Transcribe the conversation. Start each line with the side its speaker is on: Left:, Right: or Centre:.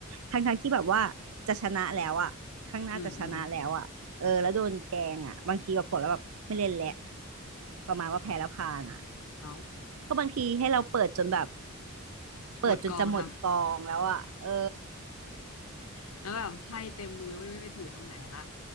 Right: ทั้งทั้งที่แบบว่าจะชนะแล้วอะข้างหน้าจะชนะแล้วอะเออแล้วโดนแกงอะบางทีแบบผลแล้วแบบไม่เล่นแหละ
Left: อืมอืม
Right: ประมาณว่าแพ้แล้วพานอะ
Left: เอา
Right: ก็บางทีให้เราเปิดจนแบบเปิดจนจะหมดกองแล้วอะเออ
Left: หมดกองทำแล้วแบบไพ่เต็มมือไม่รู้จะไปถือตรงไหนละ